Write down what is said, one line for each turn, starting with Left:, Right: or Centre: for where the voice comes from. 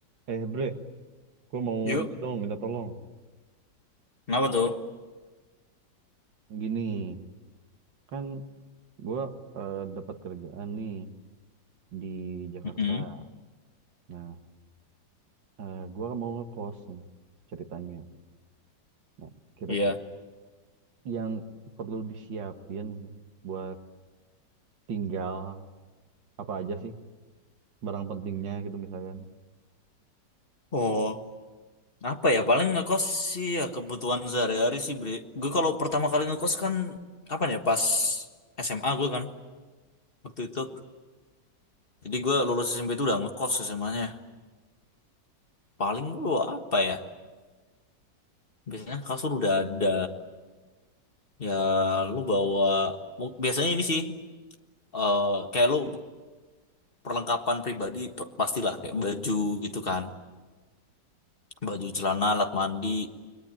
Right: Eh bre, gue mau
Left: Yuk.
Right: ini dong minta tolong.
Left: Kenapa tuh?
Right: Gini, kan gue dapat kerjaan nih di Jakarta.
Left: Mm-mm,
Right: Nah, eh, gua kan mau ngekos nih ceritanya. Nah, kira-kira
Left: Iya.
Right: yang perlu disiapin buat tinggal apa aja sih barang pentingnya gitu misalkan.
Left: Oh, apa ya? Paling ngekos sih ya kebutuhan sehari-hari sih, Bre. Gue kalau pertama kali ngekos kan kapan ya? Pas SMA gue kan waktu itu. Jadi gue lulus SMP itu udah ngekos SMA-nya. Paling gue apa ya? Biasanya kasur udah ada. Ya lu bawa mu- biasanya ini sih eh kayak lu perlengkapan pribadi p- pastilah kayak baju gitu kan. Baju celana, alat mandi,